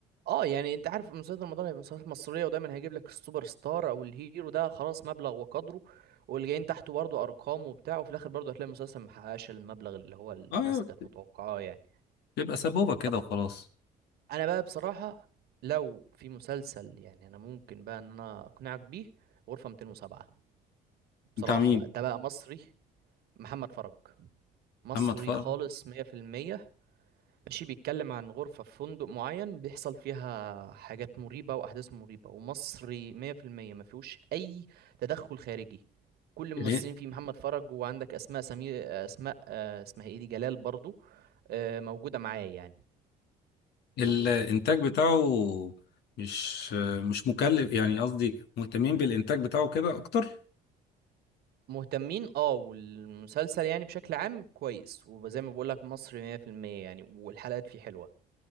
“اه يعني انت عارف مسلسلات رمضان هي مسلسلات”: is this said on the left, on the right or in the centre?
Right